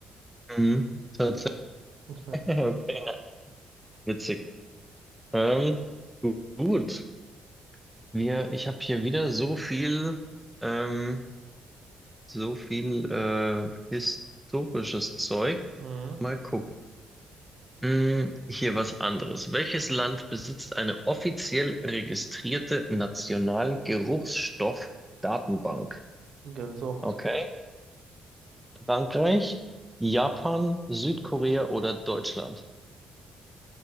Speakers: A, in the centre; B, on the right.
A: Mhm. Tatsächlich.
B: <laughs>
A: <laughs> Okay, na, witzig. Ähm, gu- gut. Wir, ich habe hier wieder so viel, ähm, so viel äh, historisches Zeug.
B: Mhm.
A: Mal gucken. Hm, hier was anderes. Welches Land besitzt eine offiziell registrierte National-Geruchsstoff-Datenbank?
B: Gänsehaut.
A: Okay. Frankreich, Japan, Südkorea oder Deutschland?